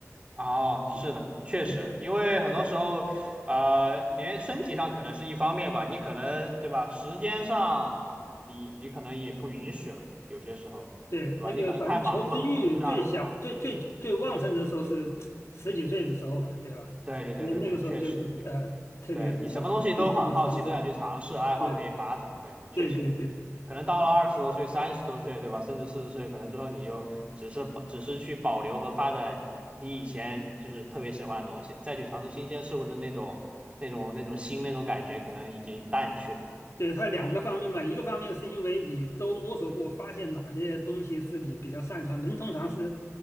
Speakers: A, on the right; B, on the left.
A: 哦，是的，
B: 嗯，
A: 确实，
B: 对
A: 因为很多时候，呃，连身体上可能是一方面吧，你可能对吧，时间上你你可能也不允许了，有些时候，
B: 对，
A: 对吧？
B: 那个反正求知欲最小、
A: 你可能太忙了，工作上。
B: 最最最旺盛的时候是十几岁的时候嘛，对吧？
A: 对对对对对，
B: 因为那个时候就是呃，
A: 确实。
B: 特别是想做各种尝试。
A: 对你什么东西都很好奇，都想去尝试，爱好可以发展。
B: 对
A: 对，确实，
B: 对对对。
A: 可能到了二十多岁、三十多岁，对吧？甚至四十岁，可能之后你就只是保，只是去保留和发展你以前就是特别喜欢的东西，再去尝试新鲜事物的那种、那种、那种新那种感觉，可能已经淡去了。
B: 对，它两个方面嘛，一个方面是因为你都摸索过，发现哪些东西是你比较擅长，人通常是